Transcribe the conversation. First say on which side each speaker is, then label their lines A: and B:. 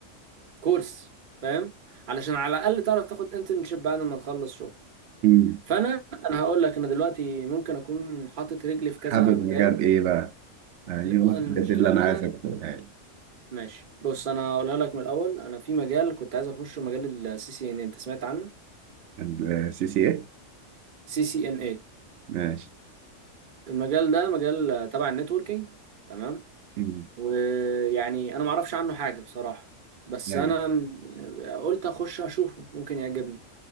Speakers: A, on the right; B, on the right.
A: كورس فاهم علشان على الاقل تعرف تاخد انترنشيب بعد ما تخلص شغل
B: بقى
A: فانا انا هقول لك انا دلوقتي ممكن اكون حاطط رجلي في
B: حابب
A: كذا مجال
B: مجال ايه بقى ايوه
A: لا، ب- المشكله
B: بجد اللي
A: ان
B: انا عايزك
A: انا
B: تقولها لي
A: ماشي بص انا هقولها لك من الاول انا في مجال كنت عايز اخشه مجال السي سي ان انت سمعت عنه
B: السي سي ايه
A: سي سي ان اي
B: ماشي
A: المجال ده مجال آه، تبع النتوركينج تمام
B: مم.
A: ويعني انا ما اعرفش عنه حاجه بصراحه بس
B: ايوه
A: انا م- قلت اخش اشوفه ممكن يعجبني